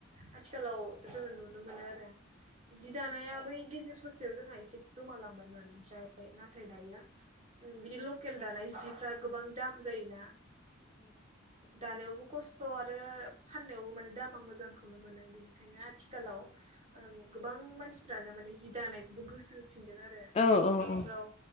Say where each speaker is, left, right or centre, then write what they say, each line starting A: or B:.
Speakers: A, on the right; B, on the left.
A: आथिखालाव जोङो नुनो मोनो आरो जि दानाया बै गेजेर ससेयाव जोंहा एसे गोमालांबायमोन ओमफ्राय नाथाय दायो बिदि लकेल दानाय जिफ्रा गोबां दाम जायोना दानायावबो खस्थ' आरो फाननायावबो माने दामा मोजांखौनो मोनो बिनिखायनो आथिखालाव गोबां मानसिफ्रानो माने जि दानायखौबो गोसो होफिनदों आरो
B: औ औ
A: न'खरफ्राव
B: औ